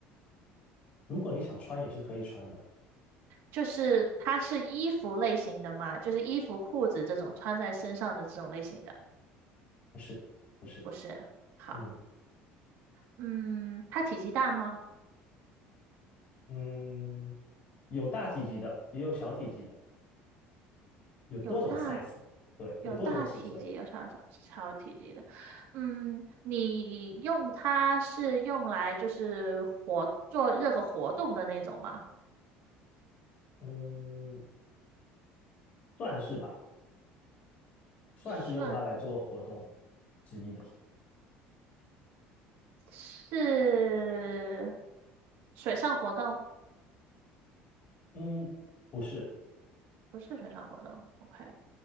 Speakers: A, on the left; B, on the right.
A: 如果你想穿也是可以穿的，
B: 就是它是衣服类型的嘛，就是衣服、裤子这种穿在身上的这种类型的，
A: 不是，不是，
B: 不是？好，
A: 嗯
B: 嗯，它体积大吗？
A: 嗯，有大体积的，也有小体积的，有多种
B: 有大
A: size，对，
B: 有大体积，
A: 有多种尺寸。
B: 有小小小体积的。嗯，你用它是用来就是活做任何活动的那种吗？
A: 嗯，算是吧，算是用它来做活动
B: 算
A: 之一的。
B: 是水上活动，
A: 嗯，不是，
B: 不是水上活动。OK，